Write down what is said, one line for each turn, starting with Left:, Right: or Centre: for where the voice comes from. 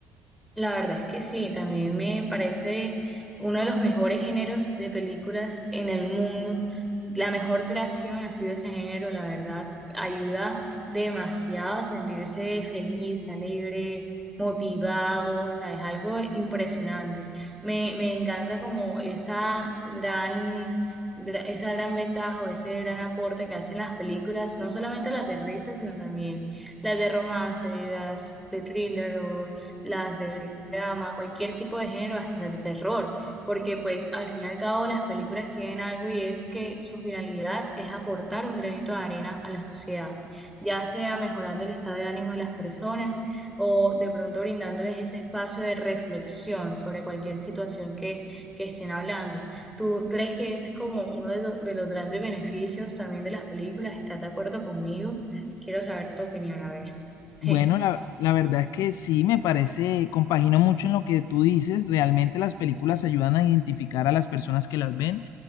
Centre: La verdad es que sí, también me parece uno de los mejores géneros de películas en el mundo. La mejor creación ha sido ese género, la verdad. Ayuda demasiado a sentirse feliz, alegre, motivado, o sea, es algo impresionante. Me, me encanta como esa gran, gra- esa gran ventaja o ese gran aporte que hacen las películas, no solamente las de risa, sino también las de romance, las de thriller o las de drama, cualquier tipo de género, hasta las de terror, porque pues al fin y al cabo las películas tienen algo y es que su finalidad es aportar un granito de arena a la sociedad, ya sea mejorando el estado de ánimo de las personas o de pronto brindándoles ese espacio de reflexión sobre cualquier situación que, que estén hablando. ¿Tú crees que ese es como uno de, lo- de los grandes beneficios también de las películas? ¿Estás de acuerdo conmigo? Quiero saber tu opinión, a ver.
Left: Bueno,
Centre: <laughs>
Left: la, la verdad es que sí, me parece, compagino mucho en lo que tú dices. Realmente las películas ayudan a identificar a las personas que las ven.